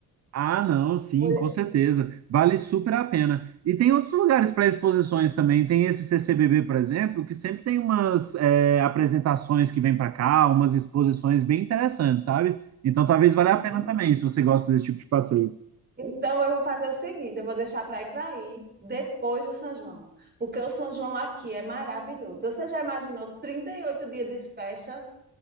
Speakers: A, on the right; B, on the right.
A: Ah, não, sim,
B: Olha,
A: com certeza. Vale super a pena. E tem outros lugares para exposições também. Tem esse CCBB, por exemplo, que sempre tem umas é, apresentações que vêm para cá, umas exposições bem interessantes, sabe? Então talvez valha
B: Uhum.
A: a pena também, se você gosta desse tipo de passeio.
B: Então, eu vou fazer o seguinte, eu vou deixar para ir para aí depois do São João, porque o São João aqui é maravilhoso. Você já imaginou 38 dias de festa